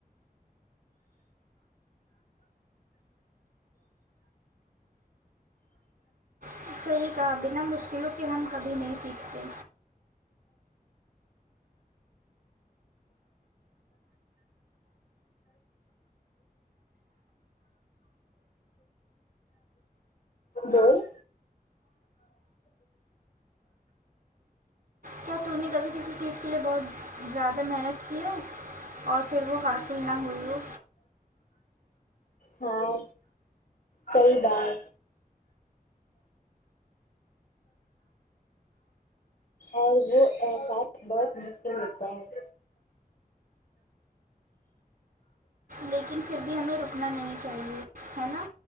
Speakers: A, on the right; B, on the left.
A: ہ صحیح کہا بنا مشکلوں کہ ہم کبھی نہیں سیکھتے
B: بول
A: کیا تم نے کبھی کسی اس چیز کے لیے بہت زیادہ محنت کی ہے اور پھر وہ حاصل نہ ہوئی ہو
B: ہاں کئی بار اور وہ احساس بہت مشکل ہوتا ہے
A: لیکن پھر بھی ہمیں رکنا نہیں چاہیے ہے نا